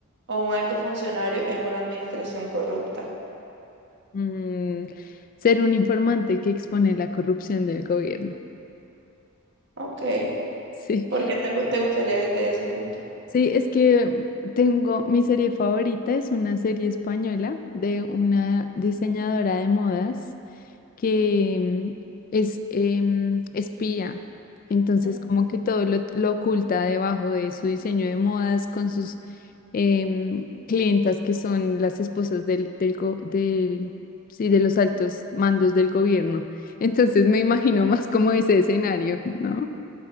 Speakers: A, on the right; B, on the left.
A: o un alto funcionario en una administración corrupta?
B: Mm, ser un informante que expone la corrupción del gobierno.
A: Ok.
B: Sí.
A: ¿Por qué te, te gustaría desde ese punto?
B: Sí, es que tengo mi serie favorita, es una serie española de una diseñadora de modas que mm, es em, espía. Entonces,
A: Sí.
B: como que todo lo, lo oculta debajo de su diseño de modas con sus em, clientas que son las esposas del, del, go- del- sí, de los altos mandos del gobierno. <laughs> Entonces, me imagino más como ese escenario, ¿no?